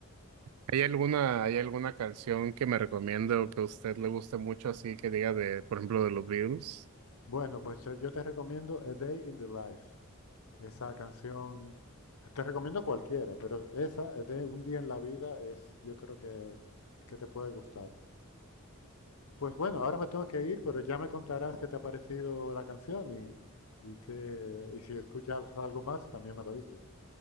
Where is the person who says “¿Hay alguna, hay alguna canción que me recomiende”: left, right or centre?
Right